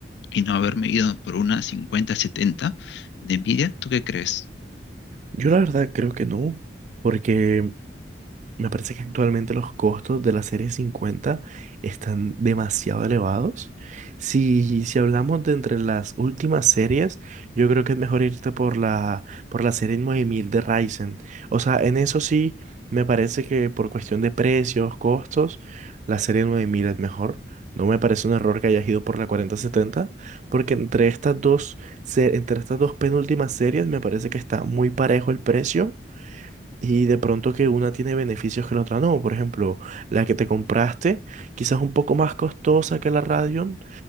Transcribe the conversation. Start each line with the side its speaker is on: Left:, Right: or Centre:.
Left: y no haberme ido por una 5070 de Nvidia? ¿Tú qué crees?
Right: Yo la verdad creo que no, porque Me parece que actualmente los costos de la serie 50 están demasiado elevados. Si, si hablamos de entre las últimas series, yo creo que es mejor irte por la, por la serie 9000 de Ryzen. O sea, en eso sí, me parece que por cuestión de precios, costos, la serie 9000 es mejor. No me parece un error que hayas ido por la cuarenta setenta porque entre estas dos, se- entre estas dos penúltimas series me parece que está muy parejo el precio y de pronto que una tiene beneficios que la otra no. Por ejemplo, la que te compraste quizás un poco más costosa que la Radeon,